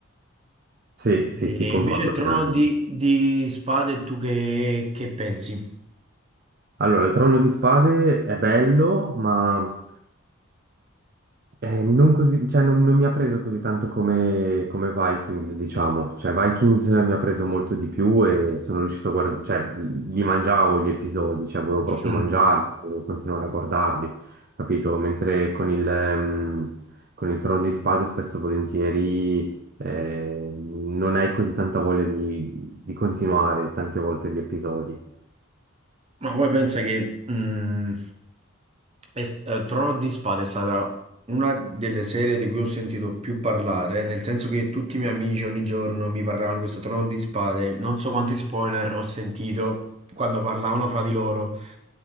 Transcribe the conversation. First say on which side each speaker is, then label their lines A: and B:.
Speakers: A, on the right; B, on the right.
A: Sì, sì,
B: E
A: sì, concordo
B: invece il trono
A: pienamente.
B: di, di spade, tu che, che pensi?
A: Allora, il Trono di Spade è bello, ma eh, non così, cioè, non, non mi ha preso così tanto come, come Vikings, diciamo. Cioè, Vikings mi ha preso molto di più e sono riuscito a guardare, cioè, li mangiavo gli episodi, cioè, volevo proprio
B: Mm.
A: mangiarli, volevo continuare a guardarli, capito? Mentre con il, ehm, con il Trono di Spade spesso e volentieri eh, non hai così tanta voglia di, di continuare tante volte gli episodi.
B: Ma poi pensa che mh, est- eh, Trono di Spade è stata una delle serie di cui ho sentito più parlare, nel senso che tutti i miei amici ogni giorno mi parlavano di questo Trono di Spade, non so quanti spoiler ho sentito quando parlavano fra di loro,